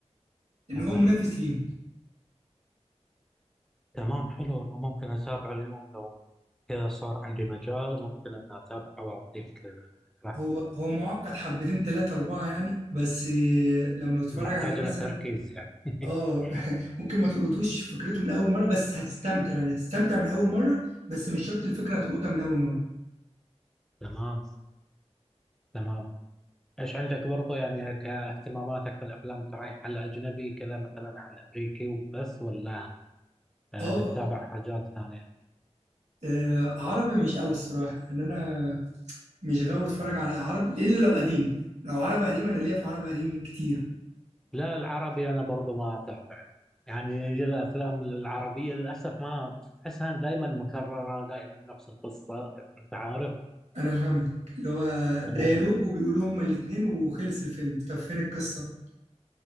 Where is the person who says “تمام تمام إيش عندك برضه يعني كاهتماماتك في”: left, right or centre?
Centre